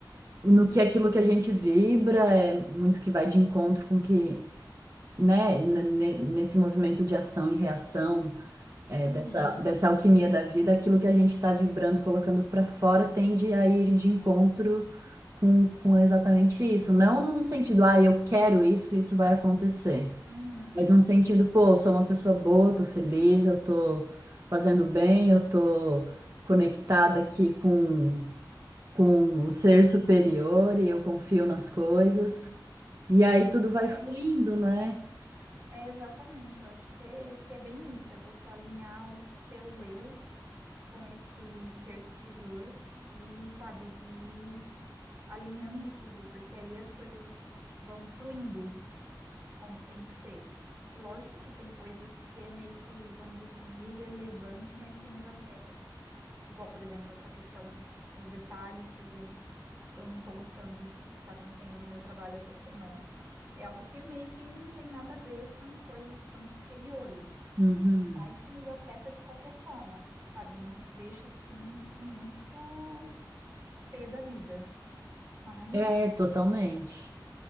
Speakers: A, on the right (about 45°); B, on the right (about 25°).
A: no que aquilo que a gente vibra é muito que vai de encontro com que, né, n- n- nesse movimento de ação e reação É,
B: uhum,
A: dessa, dessa alquimia da vida, aquilo que a gente está vibrando, colocando para fora, tende a ir de encontro com, com exatamente isso. Não num sentido, ah, eu quero isso, isso vai acontecer.
B: uhum,
A: Mas num sentido, pô, eu sou uma pessoa boa, tô feliz, eu tô fazendo bem, eu tô conectada aqui com, com o ser superior e eu confio nas coisas.
B: sim.
A: E aí tudo vai
B: É,
A: fluindo, né?
B: é exatamente, eu acho que é, que é bem isso, é você alinhar o seu eu com esse ser superior e, sabe, e alinhando tudo, porque aí as coisas vão fluindo como tem que ser. Que lógico que tem coisas que é meio que, vamos dizer assim, irrelevante, mas que nos afeta Igual, por exemplo, essa questão, os detalhes que às vezes eu não estou gostando do que está acontecendo no meu trabalho essa semana. É algo que meio que não tem nada a ver com coisas tão superiores,
A: Uhum.
B: mas que nos afeta de qualquer forma, sabe? Nos deixa assim, tipo, muito pé da vida. Mas,
A: É, totalmente.